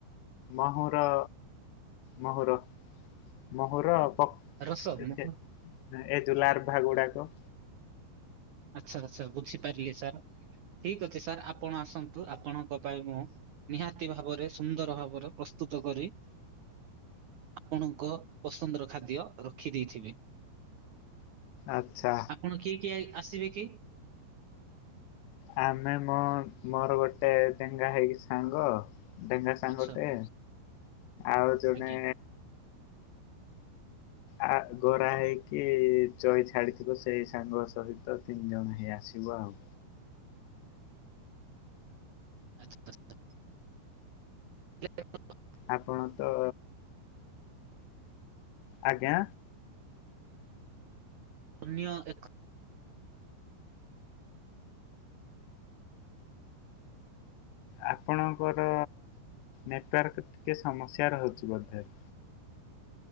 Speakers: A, on the left; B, on the right.
A: ମହୁର। ମହୁର ମହୁର ଆଉପ
B: ରସ
A: ଏସେ
B: ମୁଁ
A: ଏଜୁ ଲାର୍ଭା ଭା ଗୁଡାକ।
B: ଆଚ୍ଛା ଆଛା ବୁଝିପାରିଲି ସାର୍ ଠିକ ଅଛି ସାର୍ ଆପଣ ଆସନ୍ତୁ ଆପଣଙ୍କ ପାଇଁ ମୁଁ ନିହାତି ଭାବରେ ସୁନ୍ଦର ଭାବରେ ପ୍ରସ୍ତୁତ କରି ଆପଣଙ୍କ ପସନ୍ଦର ଖାଦ୍ୟ ରଖି ଦେଇଥିବି
A: ଆଚ୍ଛା
B: ଆପଣି କିଏ କିଏ ଆସିବେ କି?
A: ଆମେ ମ ମୋର ଗୋଟେ ଡେଙ୍ଗା ହେଇକି ସାଙ୍ଗ। ଡେଙ୍ଗା ସାଙ୍ଗଟେ
B: ଆଚ୍ଛା
A: ଆଉ ଜଣେ
B: ଆଜ୍ଞା
A: ଆ ଗୋରା ହେଇକି ଚଇ ଛାଡିଥିବ ସେଇ ସାଙ୍ଗ ସହି ତ ତିନି ଜଣ ହେଇଆସିବ ଆଉ।
B: <inaudible> <unintelligible>
A: ଆପଣ ତ ଆଜ୍ଞା
B: ପୁନ୍ୟ ଏକ
A: ଆପଣଙ୍କର ନେଟୱାର୍କ ଟିକେ ସମସ୍ୟା ରହୁଛି ବୋଧେ